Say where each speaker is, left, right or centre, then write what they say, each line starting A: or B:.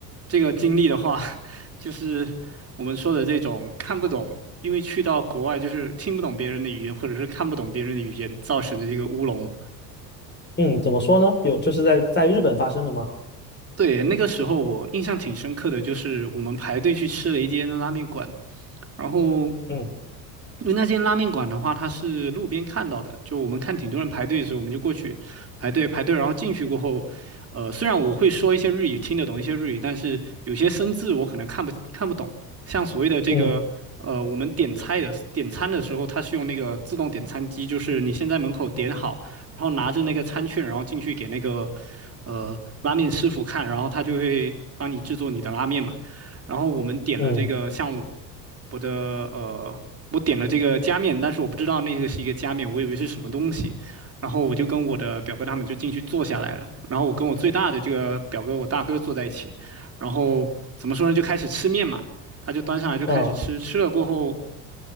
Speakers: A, on the right; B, on the left.
A: 这个经历的话，<laughs> 就是我们说的这种看不懂，因为去到国外就是听不懂别人的语言，或者是看不懂别人的语言造成的这个乌龙。
B: 嗯，怎么说呢？有，就是在在日本发生的吗？
A: 对，那个时候我印象挺深刻的，就是我们排队去吃了一间拉面馆，然后
B: 嗯
A: 因为那间拉面馆的话，它是路边看到的，就我们看挺多人排队的时候，我们就过去排队排队，然后进去过后，呃，虽然我会说一些日语，听得懂一些日语，但是有些生字我可能看不看不懂。像所谓的这个，
B: 嗯
A: 呃，我们点菜的点餐的时候，它是用那个自动点餐机，就是你先在门口点好，然后拿着那个餐券，然后进去给那个呃拉面师傅看，然后他就会帮你制作你的拉面嘛。然后我们点了这个像
B: 嗯
A: 我的呃，我点了这个加面，但是我不知道那个是一个加面，我以为是什么东西。然后我就跟我的表哥他们就进去坐下来了。然后我跟我最大的这个表哥，我大哥坐在一起。然后怎么说呢，就开始吃面嘛。他就端上来就开始吃，
B: 嗯
A: 吃了过后，